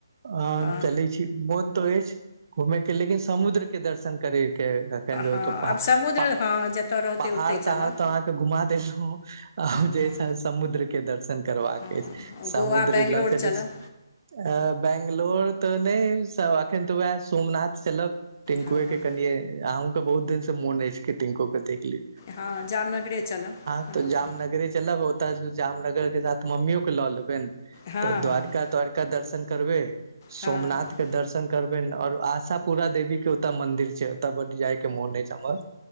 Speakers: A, on the right; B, on the left.
A: हऽ
B: हँ
A: चलि मोन तऽ ऐछ घुमे केँ लेकिन समुद्र केँ दर्शन करेय। केँ तखन
B: हँ
A: ओतय पा
B: आब समुद्र
A: <unintelligible> पा
B: हँ जतय रहतै
A: पहाड़
B: ओतहि चलब
A: तहाड़ तऽ अहाँ तऽ घुमा देलौ आ जेस
B: हँ
A: समुद्र केँ दर्शन करबाका
B: हँ
A: ऐछ समुद्र
B: गोवा बेंगलोर
A: लऽ चलू
B: चलब
A: <inaudible> अ बंगलोर तऽ नै स अखन तऽ वैह सोमनाथ चलब टिन्कुए
B: हँ हँ
A: केँ कनिये अहूँकेँ बहुत दिन से मोन ऐछ कि टिन्कु केँ देख ली
B: हँ जामनगरे चलब हँ
A: <unintelligible> तऽ जामनगरे चलब ओ तऽ जामनगर केँ साथ मम्मीयो कऽ लऽ लेबैन
B: हँ
A: तऽ द्वारका
B: हँ
A: द्वारका दर्शन करबे सोमनाथ
B: हँ हँ
A: केँ दर्शन करबे पेन और आशा पूरा देवी केँ ओतय मंदिर छैय ओतय बड जाय केँ मोने ऐछ हमर